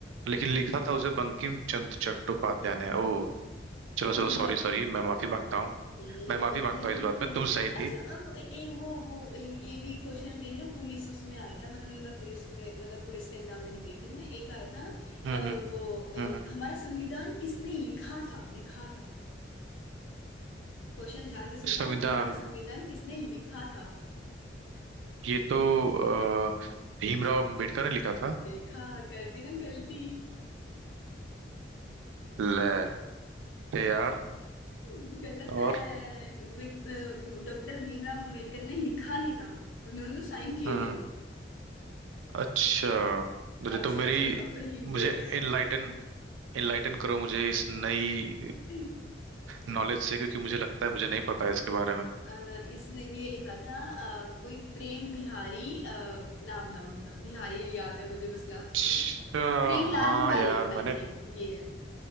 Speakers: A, on the right (about 80°); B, on the left (about 85°).
A: लेकिन लिखा था उसे बंकिम चंद्र चट्टोपाध्याय ने ओ चलो
B: मैं
A: चलो सॉरी सॉरी मैं माफी मांगता हूँ
B: हम्म,
A: मैं माफी
B: मैं
A: मांगता
B: क्या ही
A: हूँ इस
B: रही
A: बात
B: थी
A: में तू सही
B: अच्छा
A: थी
B: अ, ए, ए, वो वो ए, ये भी क्वेश्चन मेरी ना पुलिस उसमें आया था मतलब मैं पुलिस में मतलब पुलिस का एग्जाम देने गई थी मैं एक आया था
A: हम्म
B: अ,
A: हम्म
B: वो अ,
A: हम्म हम्म।
B: हमारा संविधान किसने लिखा था लिखा था क्वेश्चन ध्यान से सुनना
A: संविधान
B: हमारा संविधान किसने लिखा था
A: ये तो अ, भीमराव अंबेडकर ने लिखा था
B: देखा कर दी ना गलती
A: ले ले यार
B: <laughs> गलत
A: और
B: है डॉक्टर भीमराव अंबेडकर ने लिखा नहीं था उन्होंने तो साइन किए
A: हम्म
B: थे
A: अच्छा अरे
B: अब
A: तो
B: सोचो
A: मेरी
B: अब तो हिंट दे
A: मुझे
B: दिया
A: इनलाइटन इनलाइटन करो मुझे इस नई
B: <laughs>
A: नॉलेज से क्योंकि मुझे लगता है मुझे नहीं पता है इसके बारे में
B: अ, इसने ये लिखा था अ, कोई प्रेम बिहारी अ, नाम था उनका बिहारी याद है मुझे बस लास्ट
A: अच्छा
B: नाम प्रेम लाल
A: हाँ
B: बिहारी
A: यार मैंने
B: आई थिंक ये है